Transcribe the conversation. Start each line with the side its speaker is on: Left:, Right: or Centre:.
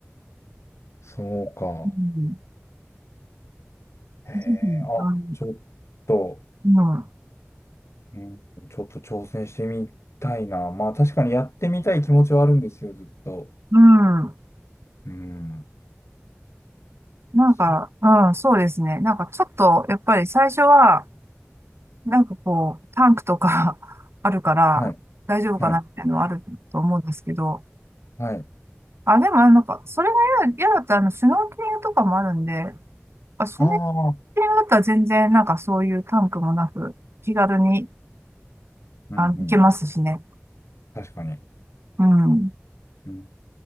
Left: そうか。
Right: うん。
Left: へえ、
Right: ぜひうん。
Left: あ、
Right: あ
Left: ちょっと。
Right: の
Left: うんちょっと挑戦してみたいな。まあ確かにやってみたい気持ちはあるんですよ、ずっと。
Right: うん。うん
Left: うん。
Right: なんか、
Left: そう。
Right: うん、そうですね。なんかちょっと、やっぱり最初は、なんかこう、タンクとか <laughs> あるから、
Left: はい。
Right: 大丈夫かなっていうのはあると思うんですけど、
Left: はい。はい。
Right: あ、でもあのなんか、それが嫌だ嫌だったら、あの、シュノーケリングとかもあるんで、あ、シュノー
Left: ああ。
Right: ケリングだったら全然なんかそういうタンクもなく、気軽に、
Left: うんうん。
Right: あの、行けますしね。
Left: 確かに。
Right: うん。
Left: うん